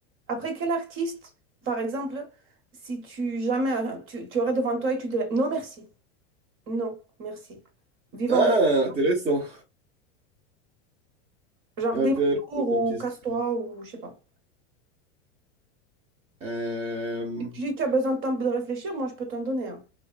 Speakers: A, on the right (about 35°); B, on the right (about 20°).
A: Après, quel artiste, par exemple, si tu jamais euh, tu, tu aurais devant toi et tu dirais non merci, non merci, vivant
B: Ah, intéressant.
A: jardin
B: Intéressant
A: tour ou
B: comme question.
A: casse-toi ou je sais pas.
B: Euh,
A: Si tu tu as besoin de temps de réfléchir, moi je peux t'en donner un.